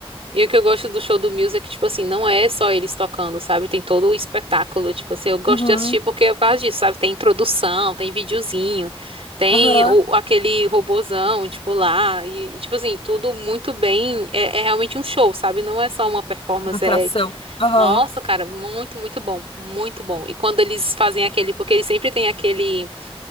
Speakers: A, on the right (about 75°); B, on the left (about 70°).
A: E o que eu gosto do show do Muse é que, tipo assim, não é só eles tocando, sabe? Tem todo o espetáculo, tipo assim, eu gosto
B: Uhum.
A: de assistir porque é por causa disso, sabe? Tem introdução, tem videozinho, tem
B: Aham.
A: o, aquele robozão, tipo, lá, e, e, tipo assim, tudo muito bem, é, é realmente um show, sabe? Não é só uma performance,
B: Atração.
A: é,
B: Aham.
A: nossa, cara, muito, muito bom, muito bom. E quando eles fazem aquele, porque eles sempre têm aquele